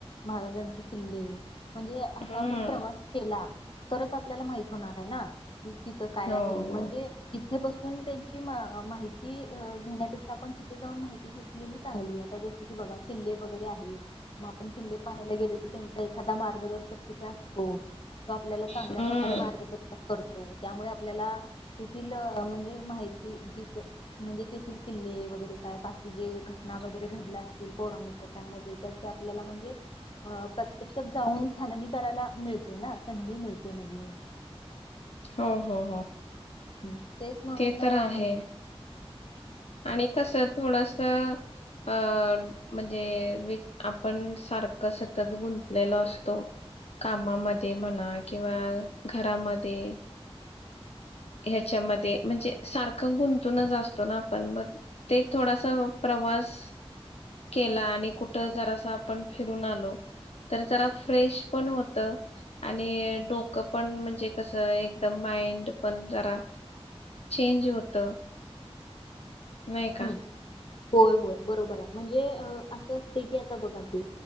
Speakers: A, on the left (about 55°); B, on the left (about 75°).
A: महाराजांची किल्ले. म्हणजे आता
B: हम्म
A: आपण प्रवास केला तरच आपल्याला माहित होणार आहे ना, तिथं काय
B: हो
A: आहे म्हणजे
B: हो
A: हे बघ पण त्यांची म माहिती अ घेण्यापेक्षा आपण तिथे जाऊन माहिती घेतलेली चांगली आता जसं की बघा किल्ले वगैरे आहेत मग आपण किल्ले पाहायला गेलो की त्यांचा एखादा मार्गदर्शक तिथे असतो. तो आपल्याला चांगल्या
B: हम्म
A: प्रकारे मार्गदशक कर तो त्यामुळे आपल्याला तेथील म्हणजे माहिती तिथं म्हणजे तेथील किल्ले वगैरे काय बाकी जे घटना वगैरे घडल्या असतील पौराणिक कथांमधील त्याची आपल्याला म्हणजे अ प्रत्यक्षात जाऊन छाननी करायला मिळते ना? संधी मिळते नवीन.
B: हो हो हो.
A: हम्म. तेच म्हणून
B: ते तर आहे.
A: म्हण
B: आणि कसं थोडसं अ म्हणजे विट आपण सारखं सतत गुंतलेलो असतो कामामध्ये म्हणा किंवा घरामध्ये ह्याच्यामध्ये म्हणजे सारखं गुंतूनच असतो ना आपण मग ते थोडासा प्रवास केला आणि कुठं जरासं आपण फिरून आलो तर जरा फ्रेश पण होतं, आणि डोकं पण म्हणजे कसं एकदम माइंड पण जरा चेंज होतं. नाही
A: हम्म
B: का?
A: होय होय बरोबर आहे. म्हणजे असं असते की आता बघा की